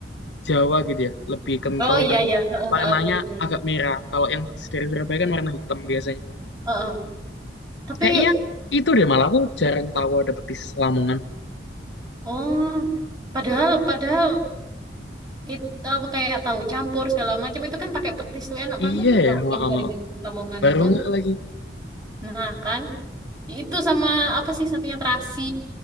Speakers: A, on the left (about 80°); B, on the right (about 25°).
A: Jawa gitu ya, lebih kental
B: oh iya
A: dan
B: iya, Heeh,
A: warnanya
B: heeh, kepikiran.
A: agak merah. Kalau yang petis dari Surabaya kan warna hitam biasanya.
B: Heeh. Tapi
A: Kayaknya itu deh malah aku jarang tahu ada petis Lamongan.
B: oh, padahal padahal itu apa kayak tahu campur segala macam itu kan pakai petis tuh enak banget
A: Iya
B: loh
A: ya,
B: kalau
A: heeh.
B: yang dari Lamongan
A: Baru
B: itu.
A: nggak lagi.
B: Nah, kan? Itu sama apa sih satunya terasi.